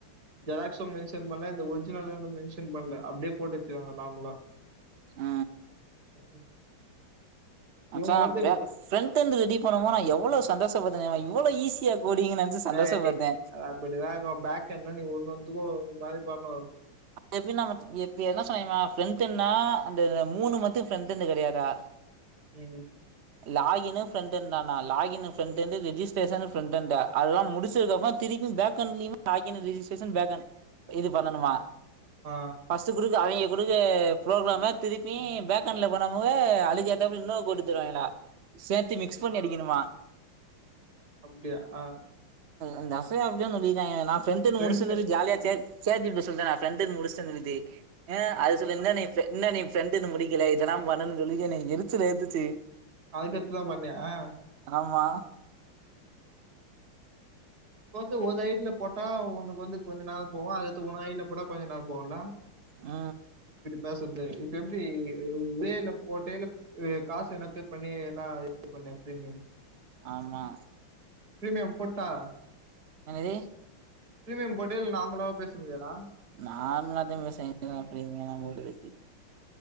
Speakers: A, on the right (about 45°); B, on the right (about 65°).
A: ஜெராக்ஸு மென்ஷன் பண்ணல இந்த ஒரிஜினல்ன்னு மென்ஷன் பண்ணல அப்படியே போட்டுருச்சிருக்காங்க நார்மலா
B: உ
A: ம்
B: மச்சா
A: இவங்க வந்து
B: பே ஃபிரண்ட் ரெடி பண்ணமோ நா எவ்வளவு சந்தோஷபட்ட தெரிமா வளோ ஈஸியா கோடிங் நெனச்சு சந்தோஷப்பட்டே
A: வே அப்டி <unintelligible> பேக் என்ன நீ ஒண்ணொத்துக்கும் ஒரு மாரி பன்னு
B: எப்பினா எப்ப என்ன சொன்ன ஃப்ரன்ட்நா அந்த மூணு மத் து ஃப்ரெண்டன்னு கிடையாதா
A: ம்
B: லாகின்னு ஃப்ரண்டானாலாகின்னு ஃப்ரண்ட்ண்டு ரெஜஸ்ட்ரேஷனு ஃப்ரண்ட அ அதெல்லா முடிச்சதுக்கப்புற திருப்பி பேக் அண்டலயுே லாகின் ரிஜிஸ்ட்ரேஷ பேக் அ் இது பண்ணனுமா
A: ஆ,
B: ஃபஸ்டு குருக்கு அவிங்க கொடுக்க ப்ரோக்ராம திருப்பி பேக்கண்ட்ல போனவங்க அழுகாத்தப்ல இன்னு குடுதுருவாங்களா சேத்து மிக்ஸ் பண்ணி அடிக்கணுமா
A: அப்டியா ஆ
B: இந்த அஃப்ய அப்டிதா சொல்லி என நான்ஃப்ரெண்ட்த்த
A: ஃப்ரண்ட்
B: முடிசின ஜாலி ஆச்சே சே ஜி பிட சொல்லித்தா ப்ரண்டன் முடிசந்த விதி அ அது சொல்லிந்தா இன்னு நீ ஃப்ரெண்டுன்னு முடிக்கல இதெல்லா பண்ணும்னு சொல்லி என் என எரிச்சல் ஏடுத்துச்சு
A: அதுக்கத்துதா பண்ணியா அ
B: ஆமா
A: இப்ப வந்து ஒரு ஐடில போட்டா உனுக்கு வந்து கொஞ்ச ந நா போவோ அதுடுத்து ஒன்னு ஐடில போட்டா கொஞ்சம் நா போம்ல
B: ஆ
A: பேசுறது இப்ப எப்டி இலே போட்டே காசு என்ன பே பண்ணி என்ன பண்ணே பிரீமியம்
B: ஆமா
A: பிரீமியம் போட்டா
B: என்னது
A: பிரீமியம் போட்டியா இல்ல நார்மளவா பேசுங்கிறியாடா
B: நார்மலாத்த பேசெய் <unintelligible> ப்ரிமியலா போட்டு வேஸ்ட்